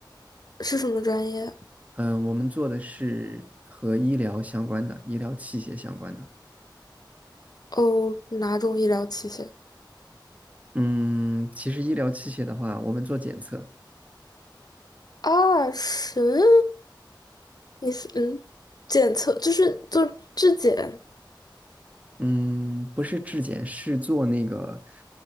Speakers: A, on the left (about 55°); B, on the right (about 20°).
A: 是什么专业？
B: 嗯，我们做的是和医疗相关的，医疗器械相关的。
A: 哦，哪种医疗器械？
B: 嗯，其实医疗器械的话，我们做检测，
A: 啊，是，你是嗯，检测就是做质检。
B: 嗯，不是质检，是做那个，